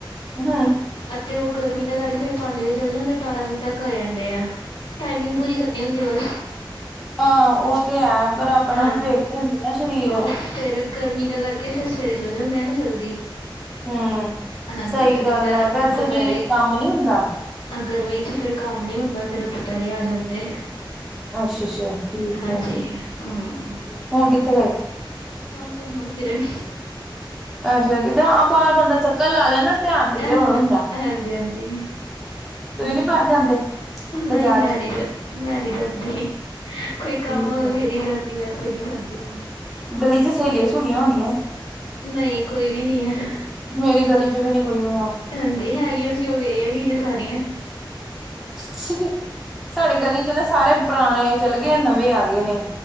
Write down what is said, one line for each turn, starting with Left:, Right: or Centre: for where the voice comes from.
Centre: ਹੂੰ
Left: ਅਤੇ ਉਹ ਗਰਮੀ ਦਾ ਕਰਕੇ ਫੇਰ ਪੰਜ ਵਜੇ ਚੱਲ ਜਾਂਦੇ, ਫਿਰ ਬਾਰਾਂ ਵਜੇ ਤੱਕ ਆ ਜਾਂਦੇ ਆ। ਟਾਈਮਿੰਗ ਪੂਰੀ ਕਰਨੀ ਹੁੰਦੀ ਬਸ।
Centre: ਹਾਂ ਉਹ ਤੇ ਹੈ ਪਰ ਆਪਣਾ
Left: ਹਾਂ
Centre: ਵੀ ਵੇਖਦੇ ਹੁੰਦੇ ਨਾ ਸਰੀਰ।
Left: ਉਹ ਫਿਰ ਗਰਮੀ ਦਾ ਕਰਕੇ ਫਿਰ ਸਵੇਰੇ ਚੱਲ ਜਾਂਦੇ ਆ ਨਾ ਜਲਦੀ।
Centre: ਹੂੰ
Left: ਹਾਂਜੀ
Centre: ਸਹੀ
Left: ਫਿਰ ਦੁਪਹਿਰ
Centre: ਗੱਲ ਹੈ ਵੈਸੇ
Left: ਦੁਪਹਿਰੇ,
Centre: ਵੀ ਕੰਮ ਨੀ ਹੁੰਦਾ
Left: ਗਰਮੀ ਚ ਫਿਰ ਕੰਮ ਨੀ ਹੁੰਦਾ ਫਿਰ ਦੁਪਹਿਰੇ ਆ ਜਾਂਦੇ।
Centre: ਅੱਛਾ-ਅੱਛਾ ਠੀਕ
Left: ਹਾਂਜੀ
Centre: ਹੈ
Left: ਹੂੰ
Centre: ਹੁਣ ਕਿੱਥੇ ਗਏ?
Left: ਹੁਣ ਘੁੰਮਣ-ਫਿਰਨ।
Centre: ਅੱਛਾ ਕਿਤੇ ਹਾਂ ਬਾਹਰ ਬੰਦਾ ਚੱਕਰ ਲਾ ਲੈਦਾ ਧਿਆਨ ਕਿਤੇ
Left: ਅਹ
Centre: ਹੋਰ ਹੁੰਦਾ।
Left: ਹਾਂਜੀ ਹਾਂਜੀ
Centre: ਤੁੂੰਂ
Left: ਹੂੰ
Centre: ਹੀ ਨੀ ਬਾਹਰ ਜਾਂਦੇ,
Left: ਨਹੀਂ
Centre: ਬਾਜ਼ਾਰ
Left: ਮੈਂ
Centre: ਚ?
Left: ਨਹੀਂ ਮੈਂ ਨੀ ਜਾਂਦੀ, ਕੋਈ ਕੰਮ
Centre: ਠੀਕ
Left: ਹੋਓ
Centre: ਹੈ
Left: ਫੇਰ ਹੀ ਜਾਂਦੀ ਵੈਸੇ ਨੀ ਜਾਂਦੀ।
Centre: ਗਲੀ 'ਚ ਸਹੇਲੀਆਂ-ਸੂਲੀਆਂ ਹੋਣੀਆਂ।
Left: ਨਹੀਂ ਕੋਈ ਵੀ ਨਹੀਂ ਏ।
Centre: ਮੇਰੀ ਗਲੀ ਚ ਵੀ ਨੀ ਕੋਈ ਹੈਗਾ।
Left: ਹਾਂਜੀ ਹੈਗੀਆਂ ਸੀ ਉਹ ਵਿਆਹੀਆਂ ਗਈਆਂ ਸਾਰੀਆਂ।
Centre: <unintelligible> ਸਾਡੀ ਗਲੀ 'ਚ ਨਾ ਸਾਰੇ ਪੁਰਾਣੇ ਚਲੇ ਗਏ ਨੇ ਨਵੇਂ ਆ ਗਏ ਨੇ।